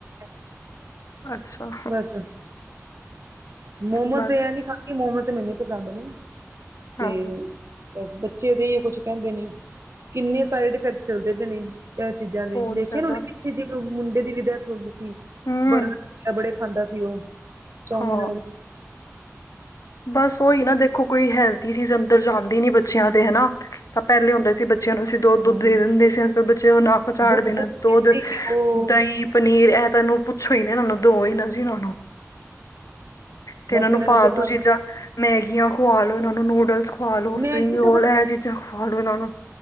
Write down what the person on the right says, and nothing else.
<unintelligible>
ਬਸ ਮੋਮੋਸ
ਤੇ ਇਹ ਨੀ ਖਾਂਦੀ, ਮੋਮੋਜ਼ ਤੇ ਮੈਨੂੰ ਪਸੰਦ ਨੇ। ਤੇ
ਬਸ ਬੱਚੇ ਦੇ ਏਹੀੳ ਕੁਛ ਕਹਿੰਦੇ ਨੇ, ਕਿੰਨੇ ਸਾਈਡ ਇਫੈਕਟ ਚੱਲਦੇ ਪਏ ਨੇ ਇਹ ਚੀਜ਼ਾਂ ਨੇ
ਵੇਖਿਆ
ਨੀ ਹੁਣੀ, <unintelligible> ਪਿੱਛੇ ਜਦੋ ਮੁੰਡੇ ਦੀ ਵੀ ਡੈਥ ਹੋ ਗਈ ਸੀ
ਬੜੇ <inaudible> ਖਾਂਦਾ ਸੀ ਉਹ, ਚੌਮਿਨ
ਹਾਂ।
ਦੁੱਧ,
ਦੇਸੀ
ਘਿਓ
ਬਸ
ਇਹਨਾਂ
ਨੇ ਤੇ ਗੰਦ
ਮੈਗੀ
ਤਾਂ ਬੜਾ